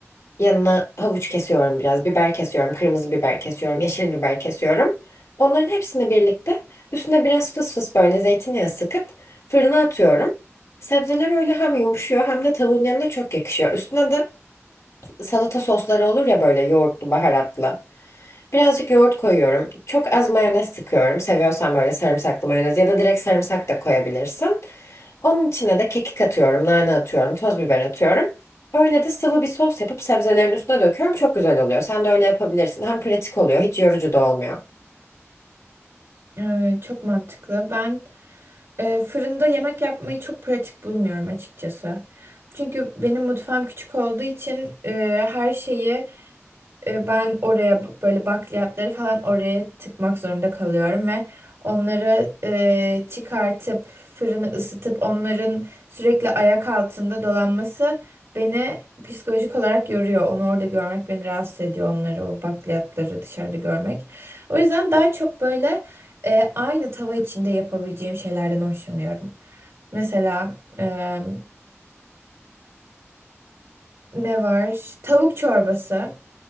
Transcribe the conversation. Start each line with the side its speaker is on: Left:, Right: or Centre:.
Left: Yanına havuç kesiyorum biraz, biber kesiyorum, kırmızı biber kesiyorum, yeşil biber kesiyorum. Onların hepsini birlikte üstüne biraz fıs fıs böyle zeytinyağı sıkıp fırına atıyorum. Sebzeler öyle hem yumuşuyor hem de tavuğun yanına çok yakışıyor. Üstüne de salata sosları olur ya böyle yoğurtlu, baharatlı. Birazcık yoğurt koyuyorum. Çok az mayonez sıkıyorum. Seviyorsan böyle sarımsaklı mayonez ya da direkt sarımsak da koyabilirsin. Onun içine de kekik atıyorum, nane atıyorum, toz biber atıyorum. Öyle de sıvı bir sos yapıp sebzelerin üstüne döküyorum. Çok güzel oluyor. Sen de öyle yapabilirsin. Hem pratik oluyor, hiç yorucu da olmuyor.
Right: Evet, çok mantıklı. Ben e, fırında yemek yapmayı çok pratik bulmuyorum açıkçası. Çünkü benim mutfağım küçük olduğu için e, her şeyi e, ben oraya b- böyle bakliyatları falan oraya tıkmak zorunda kalıyorum ve onları e, çıkartıp fırını ısıtıp onların sürekli ayak altında dolanması beni psikolojik olarak yoruyor. Onu orada görmek beni rahatsız ediyor onları o bakliyatları dışarıda görmek. O yüzden daha çok böyle e, aynı tava içinde yapabileceğim şeylerden hoşlanıyorum. Mesela e, ne var? Tavuk çorbası.